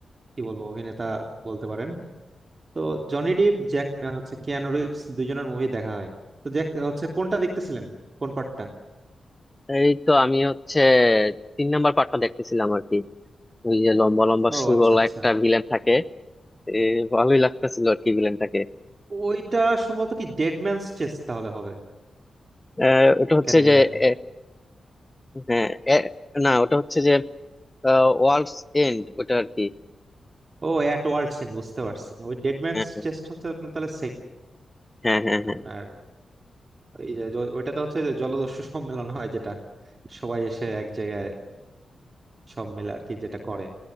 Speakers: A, on the right; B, on the left.
A: কি বলবো অভিনেতা বলতে পারেন তো জনি ডিভ জ্যাক হচ্ছে কিয়ানো রিভস দুজনের মুভি দেখা হয় তো জ্যাক হচ্ছে কোনটা দেখতেছিলেন কোন পার্টটা
B: এই তো আমি হচ্ছে তিন নাম্বার পার্টটা দেখতেছিলাম আর কি ওই যে লম্বা লম্বা
A: ও
B: সুরওয়ালা
A: আচ্ছা আচ্ছা
B: একটা ভিলেন থাকে এ, ভালোই লাগতেছিল আর কি ভিলেনটাকে
A: ওইটা সম্ভবত কি ডেড ম্যানস চেস্ট তাহলে হবে
B: আহ, ওটা হচ্ছে
A: ক্যারিবিয়ান
B: যে এ, হ্যাঁ এ, না ওটা হচ্ছে যে ওয়ার্ল্ডস এন্ড ওটা আর কি
A: ও অ্যাট ওয়ার্ল্ড সিন বুঝতে পারছি ওই ডেড ম্যানস
B: হ্যাঁ
A: চেস্ট হচ্ছে আপনার তাহলে
B: হ্যাঁ হ্যাঁ
A: সেকেন্ডটা
B: হ্যাঁ
A: এই যে জ- ওইটাতে হচ্ছে যে জলদস্যু সম্মেলন হয় যেটা সবাই এসে এক জায়গায় সব মিলে আর কি যেটা করে